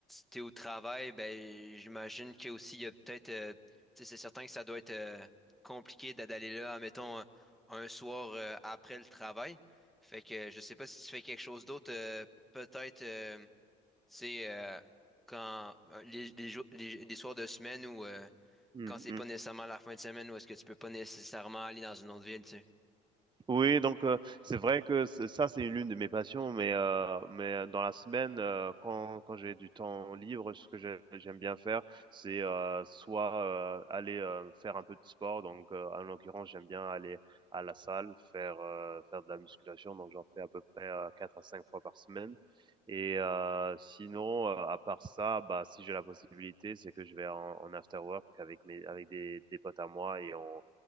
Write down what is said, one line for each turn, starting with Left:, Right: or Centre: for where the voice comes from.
Centre: t'es au travail, ben j'imagine que aussi il y a peut-être euh, tu sais, c'est certain que ça doit être euh, compliqué d'a- d'aller là, admettons, un, un soir euh, après le travail. Fait que je sais pas si tu fais quelque chose d'autre, euh, peut-être euh, tu sais euh, quand euh, les, les, jours- les, les soirs de semaine ou euh,
Right: Mmh
Centre: quand c'est pas nécessairement la fin de semaine ou est-ce que tu peux pas nécessairement aller dans une autre ville, tu sais.
Right: Oui, donc heu, c'est vrai que c ça, c'est l'une de mes passions, mais heu, mais heu, dans la semaine, heu, quand quand j'ai du temps libre, ce que j'ai j'aime bien faire, c'est, heu, soit, heu, aller, heu, faire un peu de sport, donc heu, en l'occurrence, j'aime bien aller à la salle, faire, heu, faire de la musculation, donc j'en fais à peu près, heu, 4 à 5 fois par semaine et heu, sinon, heu, à part ça, bah, si j'ai la possibilité, c'est que je vais en en after work avec mes avec des des potes à moi et on